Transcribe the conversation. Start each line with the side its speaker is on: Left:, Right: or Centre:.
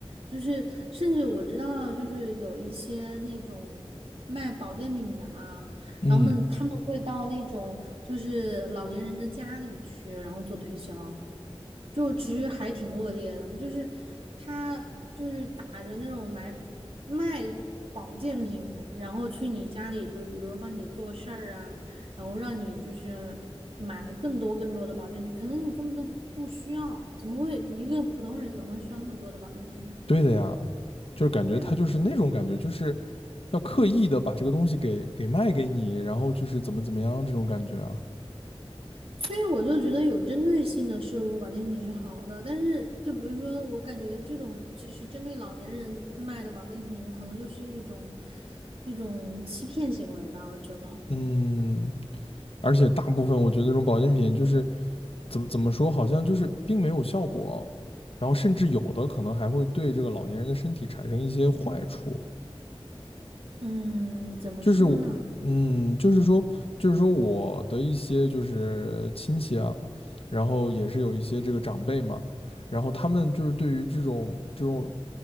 Right: 就是甚至我知道，就是有一些那种卖保健品的嘛，
Left: 嗯，
Right: 然后们他们会到那种就是老年人的家里去，然后做推销，就其实还挺恶劣的，就是他就是打着那种买卖保健品，然后去你家里，就比如说帮你做事儿啊。然后让你就是买更多更多的保健品，可能你根本都不需要，怎么会一个普通人怎么会需要那么多的保健品呢？
Left: 对的呀，就是感觉他就是那种感觉，
Right: 对啊，
Left: 就是要刻意的把这个东西给给卖给你，然后就是怎么怎么样这种感觉啊，
Right: 所以我就觉得有针对性的摄入保健品是好的，但是就比如说我感觉这种其实针对老年人卖的保健品，可能就是一种一种欺骗行为吧，我觉得。
Left: 嗯，而且大部分我觉得这种保健品就是怎么怎么说，好像就是并没有效果，然后甚至有的可能还会对这个老年人的身体产生一些坏处。
Right: 嗯，怎么说呢？
Left: 就是我，嗯，就是说，就是说我的一些就是亲戚啊，然后也是有一些这个长辈嘛，然后他们就是对于这种这种